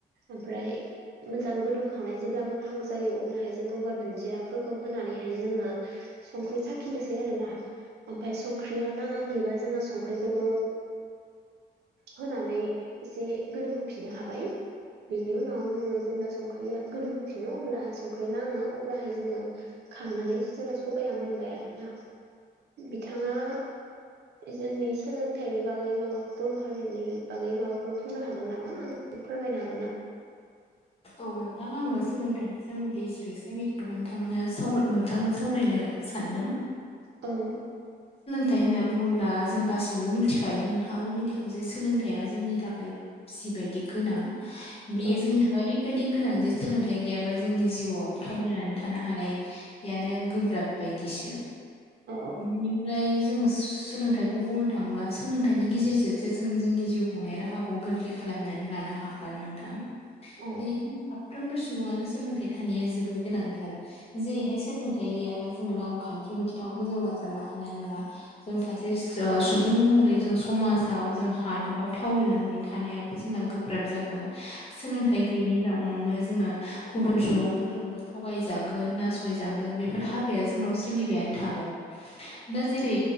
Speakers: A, on the right; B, on the left.
A: ओमफ्राय मोजां गोदौखांना जेब्ला मोनहां जायो अब्लाहाय गंगार दुदियाफोरखौ होनानैहाय जोङो संख्रि साखिनोसै आरोना ओमफाय संख्रिया नाङाखैबा जोङो संख्रिखौबो होनानै एसे गोदौ होफिननो हाबाय बेनि उनाव जोङो जेब्ला संख्रिया गोदौ होफिनो अब्ला सं संख्रि नाङो अब्लाहाय जोङो खांनानै जोंना सबाया मोनबाय आरो ना। बिथाङा जोंनि सोलोंथाइनि बागै माबा बर' हारिनि बागै माबाफोर बुंनो हागोन नामा? फोरमायनो हाग
B: औ नोंथां आङो सोलोंथाइनि सोमोन्दै जि एसे मिथिगौ नोंथांनो साव नोंथांजों सावरायनो सानदों
A: औ
B: नाथाय होनना बुङोब्ला जों गासिबो मिथिखायो नोंथाङा बे मिथिगौ जे सोलोंथाइया जोंनि थाखाय बिसि ओरैबाय गोनां बियो
A: औ
B: जोंनि थाखाय ओरैबायदि गोनां जे सोलोंथाइ गैयाबा जोंनि जिउआव थावरिनानै थानो हानायानो गोब्राब बायदिसो
A: औ
B: बिनिफ्राय जोङो सोलोंथाइखौ बुंनो थां ब्ला सोलोंथाइनि गेजेरजोंजे जों जोंनि जिउ खुंनाय राहाखौ गोरलै खालामनानै लानो हा <unintelligible> नोंथां
A: औ
B: बेनिखायनो साफ साफ्रोमबो सुबुङानो सोलोंथाइ थानाया जोबोर गोनांथार जेरैहाय सोलोंथाइ गैयाबा जों रांखान नि बिथिङावबो जौगासारनो हानाय नङा जों सासे सुबुं महरै जों समाजाव जों हादोराव थावरिनानै थानायाबो जोंना गोब्राब जागोन सोलोंथाइ गैयैनि जाउनावनो जोङो गुबुन सुबुंफोरजोंबो थगायजागोन नासयजा बेफोर हाबाया जोंनाव सोलिबायानो थागोन दा जेरै